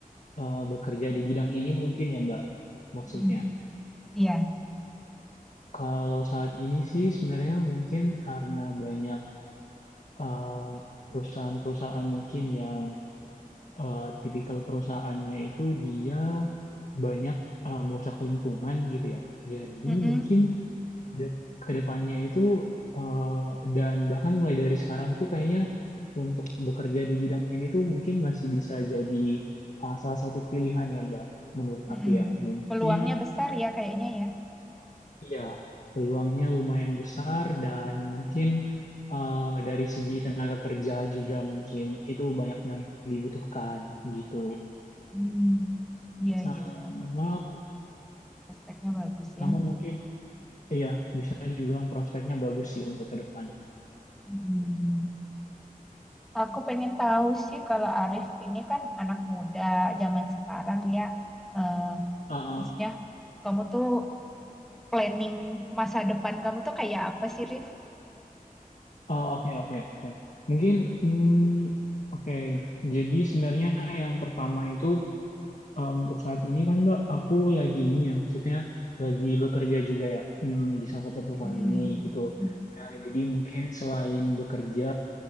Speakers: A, on the left; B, in the centre.
A: eh, bekerja di bidang ini mungkin ya Mbak maksudnya.
B: Mm, Iya.
A: Kalau saat ini sih sebenarnya mungkin karena banyak eh, perusahaan-perusahaan mungkin yang eh, tipikal perusahaannya itu dia banyak eh, merusak lingkungan gitu ya. Jadi
B: Mm-mm.
A: mungkin ke ke depannya itu eh, dan bahkan mulai dari sekarang tuh kayaknya untuk bekerja di bidang ini tuh mungkin masih bisa jadi eh, salah satu pilihan ya Mbak. Menurut
B: Mm-mm.
A: aku ya mungkin
B: Peluangnya besar ya kayaknya ya.
A: Iya, peluangnya lumayan besar dan mungkin eh, dari segi tenaga kerja juga mungkin itu banyak yang dibutuhkan gitu.
B: Hmm. Iya,
A: Sama
B: iya, iya. Berarti prospeknya bagus
A: sama
B: ya.
A: mungkin iya bisa dibilang prospeknya bagus sih untuk ke depan.
B: Hmm. Aku pengen tahu sih kalau Arif ini kan anak muda zaman sekarang ya. Eh,
A: Ah,
B: maksudnya
A: ah.
B: kamu tuh planning masa depan kamu tuh kayak apa sih, Rif?
A: Ah, oke oke oke. Mungkin hmm, oke. Jadi sebenarnya yang pertama itu Eh, untuk saat ini kan Mbak, aku lagi ini ya, maksudnya lagi bekerja juga ya hmm, di salah satu perusahaan
B: Mm-mm.
A: ini gitu.
B: Hmm.
A: Nah, jadi mungkin selain bekerja,